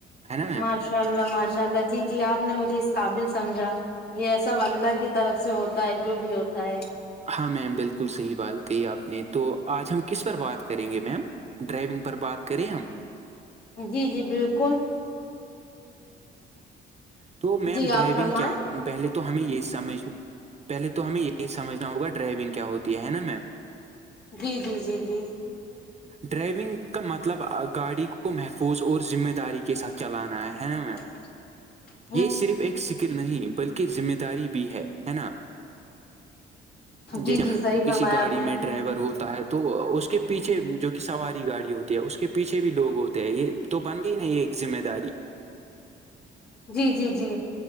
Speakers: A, on the right; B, on the left.
A: ہے نا میم
B: ماشاء اللہ ماشاء اللہ جی جی آپ نے مجھے اس قابل سمجھا یہ سب اللہ کی طرف سے ہوتا ہے جو بھی ہوتا ہے
A: ہاں میم بالکل صحیح بات کہی آپ نے تو آج ہم کس پرار بات کریں گے میم ڈرائیونگ پر بات کریں ہم
B: جی جی بالکل
A: تو میم
B: جی
A: ڈرائیونگ
B: آپ فرمائیں
A: کیا پہلے تو ہمیں یہ سمجھ پہلے تو ہمیں یہ سمجھنا ہوگا ڈرائیونگ کیا ہوتی کیا ہے نا میں
B: جی جی جی جی
A: ڈرائیونگ کا مطلب گاڑی کو محفوظ اور ذمہ داری کے ساتھ چلانا ہے نا میم
B: <inaudible>
A: یہ صرف ایک سکل نہیں بلکہ ذمہ داری بھی ہے ہے نا
B: جی
A: ج
B: جی صحیح
A: کسی
B: فرمایا
A: گاڑی
B: آپ نے
A: میں ڈرائیور ہوتا ہے تو اس کے پیچھے جو کہ سواری گاڑی ہوتی ہے اس کے پیچھے بھی لوگ ہوتے یہ تو بن گئی ہی نا یہ ایک ذمہ داری
B: جی جی جی